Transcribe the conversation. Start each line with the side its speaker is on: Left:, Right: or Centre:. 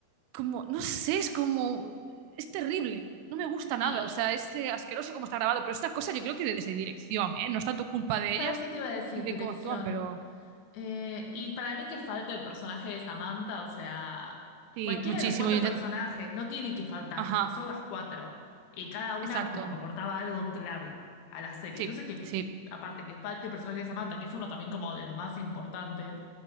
Right: como, no sé, es como, es terrible, no me gusta nada,
Left: Y,
Right: o sea, es eh, asqueroso como está grabado, pero es una cosa yo creo que de- desde dirección, ¿eh? No es tanto culpa de ellas
Left: ¿sabes qué te iba a decir?
Right: ni de
Left: Dirección.
Right: cómo actúan, pero
Left: Eh, y para mí que falta el personaje de Samantha, o sea,
Right: sí,
Left: cualquiera
Right: muchísimo.
Left: de los cuatro
Right: inten-
Left: personajes no tienen que faltar,
Right: Ajá,
Left: porque son las cuatro. Y cada una
Right: exacto,
Left: como que aportaba algo clave a la serie.
Right: sí,
Left: Entonces que,
Right: sí,
Left: aparte que falte el personaje de Samantha, que es uno también como de los más importantes.